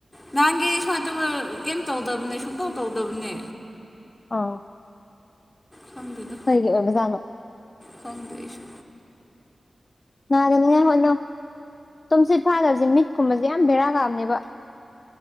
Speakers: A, on the left; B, on the left.
A: ꯅꯍꯥꯟꯒꯩ ꯁꯨꯃꯥꯏꯅ ꯇꯧꯝꯕ ꯀꯦꯝ ꯇꯧꯗꯕꯅꯦ ꯁꯨꯡꯇꯧ ꯇꯧꯗꯕꯅꯦ꯫
B: ꯑꯥ
A: ꯈꯪꯗꯦꯗ
B: ꯍꯩꯒꯤ ꯑꯣꯏꯕꯖꯥꯅꯣ
A: ꯈꯪꯗꯦ ꯑꯩꯁꯨ
B: ꯅꯥꯗꯅꯤꯉꯥꯏ ꯍꯣꯠꯅꯧ ꯇꯨꯝꯁꯤꯠ ꯐꯥꯗꯕꯁꯦ ꯃꯤꯠꯀꯨꯝꯕꯁꯦ ꯌꯥꯝ ꯕꯦꯔꯥ ꯀꯥꯕꯅꯦꯕ